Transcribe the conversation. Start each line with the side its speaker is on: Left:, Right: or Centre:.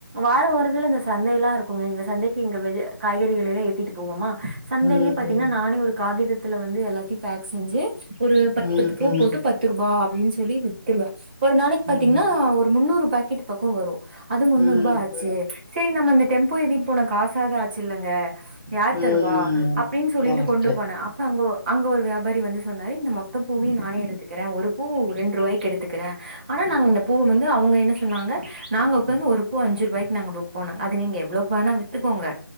Right: வார ஒரு இதுல இந்த சந்தை எல்லா இருக்குமே இங்க சந்தைக்கி இங்க வெளிய காய்கறிகள எல்லா ஏத்திட்டு போவோமா சந்தைலியு
Centre: ம்,
Right: பாத்தீங்கனா
Centre: ம்.
Right: நானே ஒரு காகிதத் த்துல வந்து எல்லாத்தையு பேக் செஞ்சு ஒரு பத்
Centre: ம்,
Right: பத்து பூ
Centre: ம்.
Right: போட்டு பத்து ரூபா ப்டின் சொல்லி வித்துருவ ஒரு நாளைக் பாத்தீங்ன்னா
Centre: ம்.
Right: ஒரு முன்னூறு பேக்கெட்டு பக்கோ வரு அது முன்னூ
Centre: ம்,
Right: ருபா ஆச்சு
Centre: ம்,
Right: சேரி நம்ம இந்தட் டெம்போ ஏத்திட்டு போன காசாது ஆச்சு இல்லங்க யார்
Centre: ம்.
Right: தருவா அப் சொல்லிட்டு
Centre: கரெக்ட்டு.
Right: கொண்டு போன அப்ப அங்க ஒ அங்க ஒரு வியாபாரி வந்து சொன்னாரு இந்த மொத்த பூவயு நானே எடுத்துக்கிறே ஒரு பூ ரெண்டு ரூவாய்க்கு எடுத்துக்கிறே ஆனா நாங்க இந்த பூவ வந்து அவுங்க என்ன சொன்னாங்க நாங்க உக்காந்து ஒரு பூ அஞ்சு ரூபாய்க் நாங்க விப்போனாங்க அது நீங்க எவ்ளோக் வேணா வித்துக்கோங்க